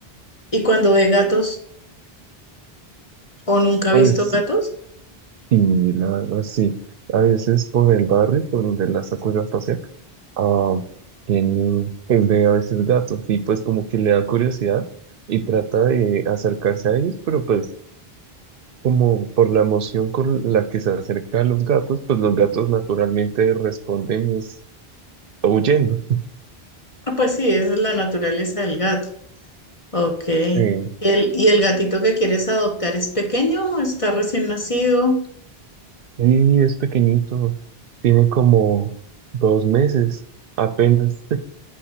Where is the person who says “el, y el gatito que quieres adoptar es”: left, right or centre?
Left